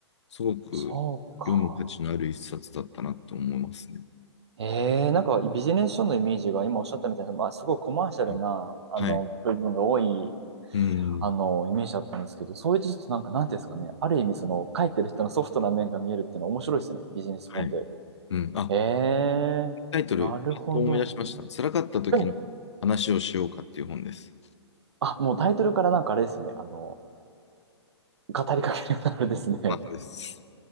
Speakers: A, on the left; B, on the right.
A: すごく読む価値のある一冊だったなと思いますね。
B: そうか。ええなんかビジネス書のイメージが今おっしゃったみたいな、まあ、すごいコマーシャルな、
A: うん
B: あの、
A: はい。
B: 部分が多い、
A: うん。
B: あの、イメージだったんですけど、そういうちょっとなんか、なんていうんですかね、ある意味その、書いてる人のソフトな面が見えるっていうのは面白いですね、ビジネス本で。
A: はい。うん。あ、
B: ええなるほど。
A: タイトル、パッと思い出しました。辛かった時の話をしようかっていう本です。
B: お、あ、もうタイトルからなんかあれですね、あの、語りかけるようなあれですね。
A: そうです。